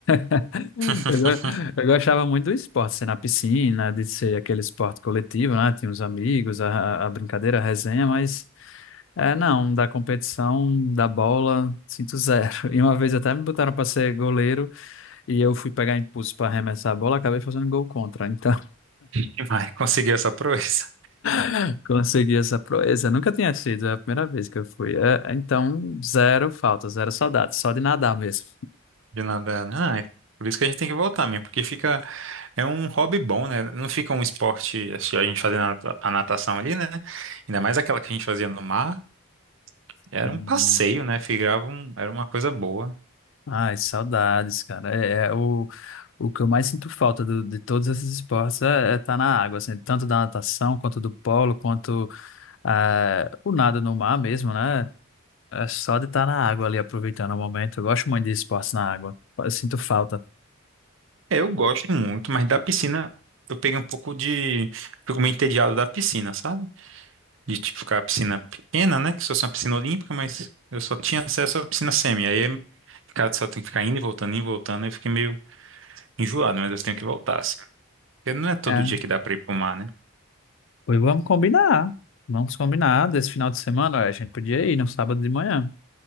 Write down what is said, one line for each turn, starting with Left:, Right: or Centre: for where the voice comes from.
Left: <laughs> Eu,
Right: <laughs>
Left: go- eu gostava muito do esporte, ser na piscina, de ser aquele esporte coletivo, né? Tinha os amigos, a, a brincadeira, a resenha, mas. É, não, da competição, da bola, sinto zero. <laughs> E uma vez até me botaram para ser goleiro e eu fui pegar impulso para arremessar a bola, acabei fazendo gol contra. Então,
Right: quem vai conseguir essa proeza
Left: <laughs> consegui essa proeza. Nunca tinha sido, é a primeira vez que eu fui. É, então, zero falta, zero saudades, só de nadar mesmo.
Right: de nadar, né? Ah, é por isso que a gente tem que voltar mesmo, porque fica. É um hobby bom, né? Não fica um esporte, assim, a gente fazendo a nata- a natação ali, né? Ainda mais aquela que a gente fazia no mar. Era
Left: Hum.
Right: um passeio, né? Ficava um... Era uma coisa boa.
Left: Ai, saudades, cara. É, é o, o que eu mais sinto falta do- de todos esses esportes é estar na água, assim, tanto da natação, quanto do polo, quanto ah, o nado no mar mesmo, né? É só de estar na água ali, aproveitando o momento. Eu gosto muito de esportes na água. Eu sinto falta.
Right: É, Eu gosto muito, mas da piscina eu peguei um pouco de. Fico meio entediado da piscina, sabe? de tipo ficar a piscina pequena, né? Que só fosse uma piscina olímpica, mas eu só tinha acesso à piscina semi. Aí ficar, só tem que ficar indo e voltando, indo e voltando. Aí eu fiquei meio enjoado, mas eu tenho que voltar. assim. Porque não é todo
Left: É.
Right: dia que dá pra ir pro mar, né?
Left: Pois vamos combinar. Vamos combinar. Desse final de semana, olha, a gente podia ir no sábado de manhã.